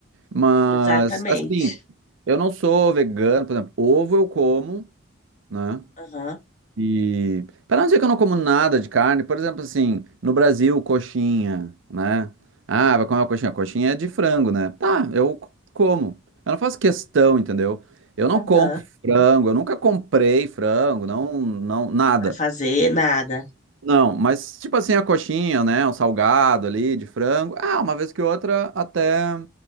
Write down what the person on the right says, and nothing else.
Mas,
assim, eu não sou vegano, por exemplo, ovo eu como, né?
E para não dizer que eu não como nada de carne, por exemplo, assim, no Brasil, coxinha, né? Ah, vai comer uma coxinha. Coxinha é de frango, né? Tá, eu c- como. Eu não faço questão, entendeu? Eu não
compro frango, eu nunca comprei frango, não, não, nada.
Não, mas tipo assim, a coxinha, né? Um salgado ali de frango. Ah, uma vez que outra até